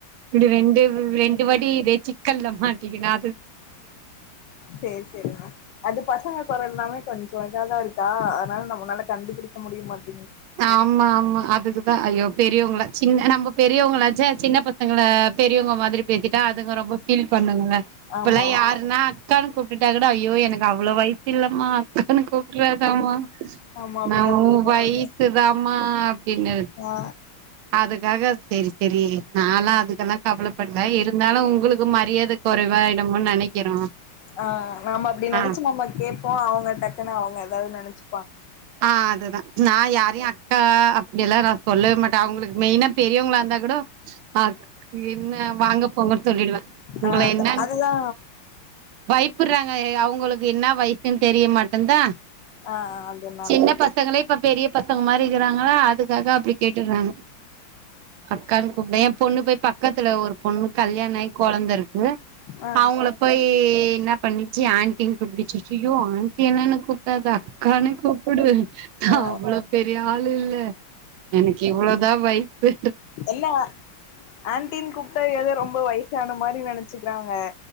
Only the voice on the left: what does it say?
சேர் செரிங்க அது பசங்க குரல்னாவே கொஞ்சம் இதா தா இருக்கா அதனால நம்மளால கண்டுபிடிக்க முடியமாட்
ஆமா ஆமா
ஆமா அப்டிதா
பேசுவாங்க
ஆ
ஆஹ் நாம அப்டி
நினைச்சு நம்ம கேப்போம் அவங்க டக்குன்னு அவங்க ஏதாவது நெனைச்சு
ஆ
அதுதா
ஆ ஆ அப்டொன்னு
ஆ
ஆ
இல்ல ஆண்டினு கூப்ட ஏதோ ரொம்ப வயசான மாரி நெனைச்சுக்கிறாங்க